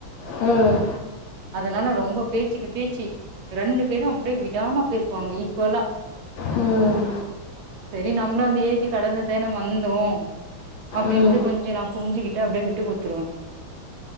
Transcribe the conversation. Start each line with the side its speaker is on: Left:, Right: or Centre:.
Left: ம்
Right: அதனால ரொம்ப பேச்சுக்கு பேச்சு ரெண்டு பேரும் அப்படியே விடாம பேசுவாங்க ஈக்குவலா
Left: ம்
Right: சரி நம்மளும் அந்த ஏஜ் கடந்ததான வந்தோம் அப்படின்றது
Left: ம் ம்
Right: கொஞ்சம் நான் புரிஞ்சுகிட்டு அப்படியே விட்டு குடுத்துருவேன்